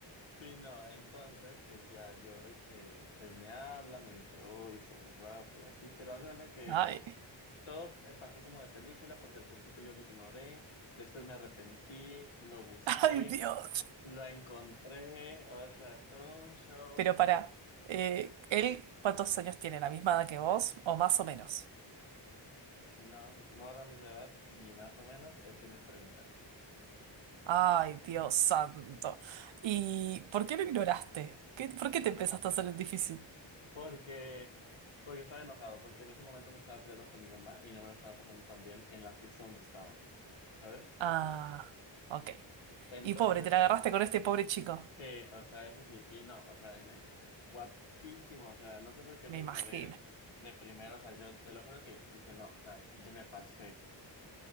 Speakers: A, on the left; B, on the right.
A: Sí, no, entonces, pues ya yo de que, pues me habla, me dice, uy, estás muy guapo y así, pero hace cuenta que
B: Ay,
A: todo eh, pasó como de película porque al principio yo lo ignoré, después me arrepentí, lo busqué,
B: <laughs> ay, Dios.
A: Lo encontré, o sea, todo un show.
B: Pero para,
A: eh,
B: ¿él cuántos años tiene? ¿La misma edad que vos? ¿O más o menos?
A: no, no era mi edad, ni más o menos. Él tiene treinta,
B: Ay, Dios santo. ¿Y por qué lo ignoraste? ¿Qué- por qué te empezaste a hacer el difícil?
A: Porque, porque estaba enojado, porque en ese momento me estaba peleando con mi mamá y no me la estaba pasando tan bien en la fiesta donde estaba, ¿sabes?
B: Ah, ok.
A: Entonces,
B: Y pobre, te la agarraste con este pobre chico.
A: que, o sea, eso sí, y no, o sea, y me- guapísimo, o sea, no sé por qué
B: Me
A: lo
B: imagino.
A: ignoré de primero, o sea, yo te lo juro que dije, no, o sea, yo me pasé.